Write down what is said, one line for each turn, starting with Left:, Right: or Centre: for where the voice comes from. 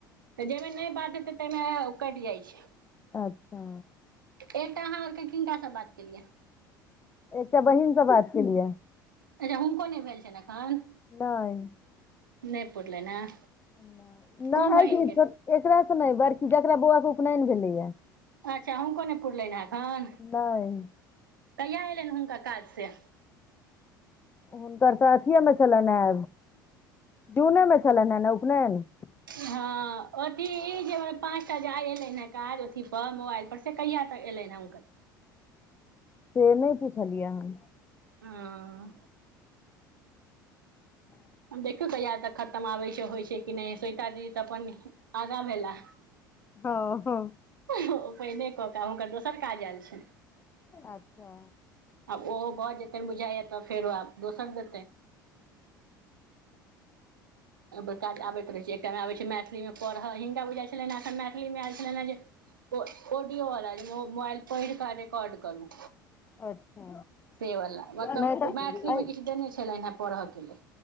Right: तऽ जाहिमे नहि बात हेतै ताहिमे कटि जाइ छै
Left: अच्छा
Right: एकटा अहाँ आरके किनका से बात केलियै
Left: एकटा बहिनसँ बात केलिए
Right: अच्छा हुनको नहि भेल छनि एखन
Left: नहि
Right: नहि पुरलनि हेँ
Left: नहि <unintelligible>
Right: कोन बहिनके
Left: एकरास से नहि बड़की जकरा बौआ के उपनयन भेलैए
Right: अच्छा हुनको नहि पुरलनि हँ एखन
Left: नहि
Right: कहिया एयलनि हुनका काज से
Left: हुनकर तऽ अथिए मे छलैन है जूने मे छलैन है उपनयन
Right: हँ ओथी जे पाँचटा जे आय एलै हँ काज अथी पर मोबाइल पर से कहिआ तक एलनि हँ हुनकर
Left: से नहि पुछलियै आहा
Right: ह <inaudible>
Left: <inaudible>
Right: आब देखियौ कहिया तक खतम आबै छै होइ छै कि नहि स्वेता दीदी तऽ अपन आगा भेला
Left: हँ ह
Right: पहिने कऽ कऽ आब हुनकर दोसर काज आयल छनि
Left: अच्छा
Right: आब ओहो भऽ जेतइ बुझाइया तऽ फेरो आब दोसर दे बकाद आब <unintelligible> पैत छै एकटामे आबैत छै मैथिलीमे पढ़य हिनका बुझाइत छलनिँ एखन मैथिलीमे आयल छलनि हँ जे ऑडियोवला मोबइल पढि क रेेकॉर्ड करू
Left: अच्छा
Right: से वला मतलब
Left: नहि तऽ
Right: ओ मैथिली
Left: ऐ-
Right: में किछु देने छलनि है पढ़यके लेल